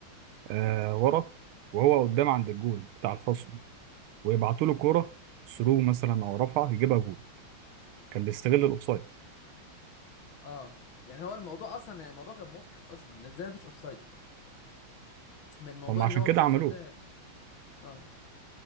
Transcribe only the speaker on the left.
اه يعني هو الموضوع اصلا يعني الموضوع كان مضحك اصلا ازاي ما فيش اوفسايد من الموضوع
اللي
هو ما
فيش اوفسايد
ده اه